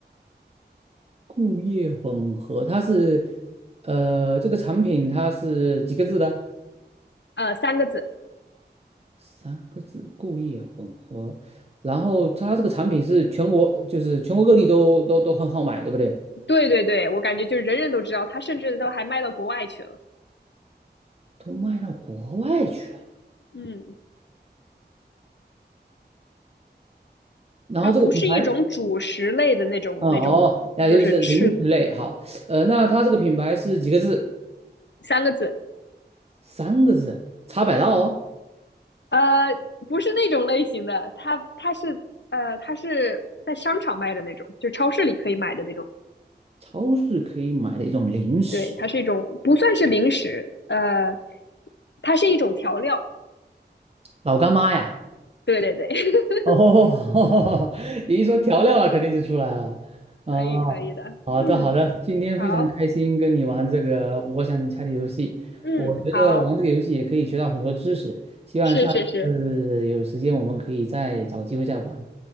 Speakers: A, on the right; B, on the left.
A: 固液混合，它是呃这个产品它是几个字的？
B: 呃三个字，
A: 三个字，固液混合。然后它这个产品是全国，就是全国各地都都都很好买，对不对？
B: 对对对，我感觉就是人人都知道，它甚至都还卖到国外去了，
A: 都卖到国外去了。
B: 嗯，
A: 然后这个品牌，
B: 它不是一种主食类的那种那种，
A: 哦哦，那就是零食类。
B: 就是吃的
A: 好，呃，那它这个品牌是几个字？
B: 三个字，
A: 三个字，茶百道哦，
B: 呃，不是那种类型的，它它是呃，它是在商场卖的那种，就超市里可以买的那种。
A: 超市可以买的一种零食，
B: 对，它是一种不算是零食，呃，它是一种调料。
A: 老干妈呀。
B: 对对对，<laughs>
A: 哦，<laughs> 你一说调料了，肯定就出来了。
B: 可以可以的。
A: 啊，好的好的，
B: 嗯，
A: 今天非常开心跟你玩这个我想你猜的游戏。
B: 好，嗯，
A: 我觉得玩这个游戏也可以学到很多知识，
B: 好，
A: 希望下次有时间我们可以再找机会再玩。
B: 是是是，